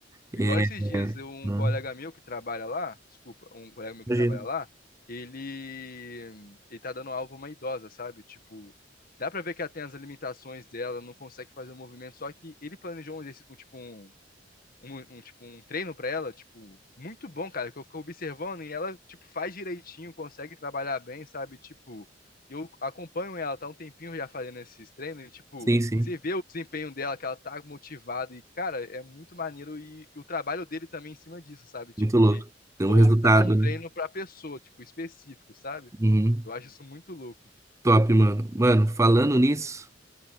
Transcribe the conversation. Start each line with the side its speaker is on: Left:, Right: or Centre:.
Right: É,
Left: Igual esses dias,
Right: é,
Left: eu- um
Right: né?
Left: colega meu que trabalha lá, desculpa, um colega meu que
Right: Imagino.
Left: trabalha lá, ele, ele tá dando aula pra uma idosa, sabe? Tipo, dá pra ver que ela tem as limitações dela, não consegue fazer o movimento, só que ele planejou um exercício, um, tipo, um, um, um, tipo, um treino pra ela, tipo, muito bom, cara, que eu fico observando e ela, tipo, faz direitinho, consegue trabalhar bem, sabe? Tipo, eu acompanho ela, tá um tempinho já fazendo esses treinos e, tipo,
Right: Sim, sim.
Left: você vê o desempenho dela, que ela tá motivada e, cara, é muito maneiro e, e o trabalho dele também em cima disso, sabe? Tipo,
Right: Muito louco.
Left: de
Right: Tem
Left: montar
Right: um resultado,
Left: um treino
Right: né?
Left: pra pessoa, tipo, específico, sabe?
Right: Uhum.
Left: Eu acho isso muito louco.
Right: Top, mano. Mano, falando nisso,